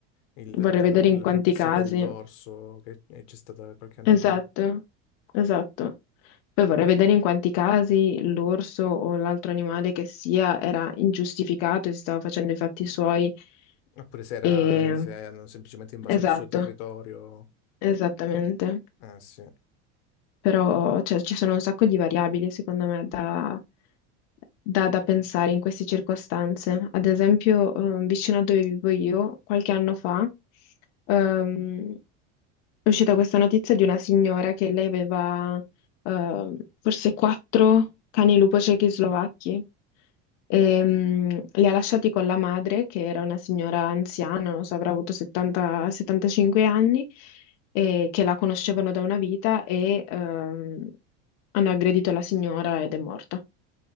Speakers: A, on the left; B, on the left.
A: il- la,
B: vorrei vedere
A: la
B: in quanti
A: notizia
B: casi.
A: dell'orso che c'è stata qualche anno
B: Esatto,
A: fa,
B: esatto. Poi vorrei vedere in quanti casi l'orso o l'altro animale che sia era ingiustificato e si stava facendo i fatti suoi.
A: oppure se, era,
B: E...
A: se hanno semplicemente invaso
B: Esatto,
A: il suo territorio.
B: esattamente.
A: Ah sì.
B: Però, cioè, ci sono un sacco di variabili, secondo me, da, da- da pensare in queste circostanze. Ad esempio, eh, vicino a dove vivo io, qualche anno fa, ehm, è uscita questa notizia di una signora che lei aveva, ehm, forse quattro cani lupo ciechi slovacchi. E, mm, li ha lasciati con la madre, che era una signora anziana, non so, avrà avuto 70, 75 anni, e che la conoscevano da una vita e ehm, hanno aggredito la signora ed è morta.